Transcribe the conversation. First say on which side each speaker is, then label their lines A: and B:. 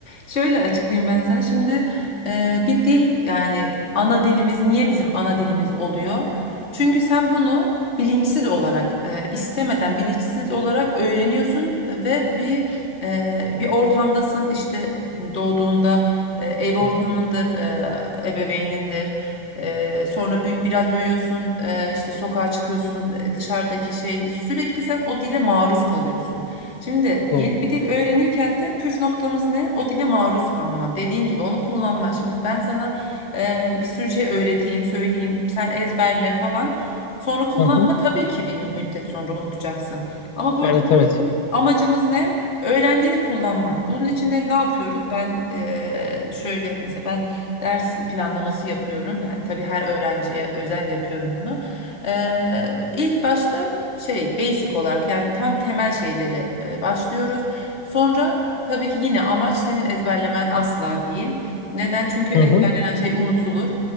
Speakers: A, on the left (about 20°); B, on the left (about 75°).
A: Şöyle açıklayayım ben sana. Şimdi e, bir dil yani ana dilimiz niye bizim ana dilimiz oluyor? Çünkü sen bunu bilinçsiz olarak e, istemeden bilinçsiz olarak öğreniyorsun ve bir e, bir ortamdasın. İşte doğduğunda e, ev ortamındır,
B: Hı hı.
A: e, ebeveynindir. E, sonra büyü, biraz büyüyorsun, e, işte sokağa çıkıyorsun, e, dışarıdaki şey sürekli sen o dile maruz kalıyorsun. Şimdi yeni
B: Doğru.
A: bir dil öğrenirken de püf noktamız ne? O dile maruz kalman. Dediğin gibi onu kullanman. Şimdi ben sana e, bir sürü şey öğreteyim, söyleyeyim, sen ezberle falan. Sonra kullanma
B: Hı hı.
A: tabii ki bir müddet sonra unutacaksın. Ama buradaki
B: Evet evet.
A: bizim amacımız ne? Öğrendiğini kullanman. Bunun için de ne yapıyoruz? Ben e, şöyle mesela ben ders planlaması yapıyorum. Ha- Tabii her öğrenciye özel yapıyorum bunu. E, ilk başta şey basic olarak yani tam temel şeyleri e, başlıyoruz. Sonra tabii ki yine amaç senin ezberlemen asla değil. Neden? Çünkü ezberlenen
B: Hı hı.
A: şey unutulur.